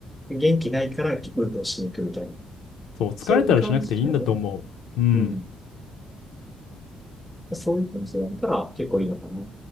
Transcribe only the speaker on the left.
そう、疲れたらしなくていいんだと思う。
うん。